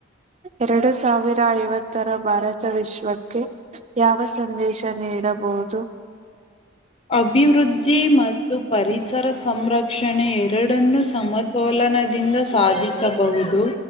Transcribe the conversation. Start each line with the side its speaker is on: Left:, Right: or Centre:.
Right: ಎರಡು ಸಾವಿರ ಐವತ್ತರ ಭಾರತ ವಿಶ್ವಕ್ಕೆ ಯಾವ ಸಂದೇಶ ನೀಡಬಹುದು
Left: ಅಭಿವೃದ್ಧಿ ಮತ್ತ ಮತ್ತು ಪರಿಸರ ಸಂರಕ್ಷಣೆ ಎರಡನ್ನ ಸಮತೋಲನದಿಂದ ಸಾಧಿಸಬಹುದು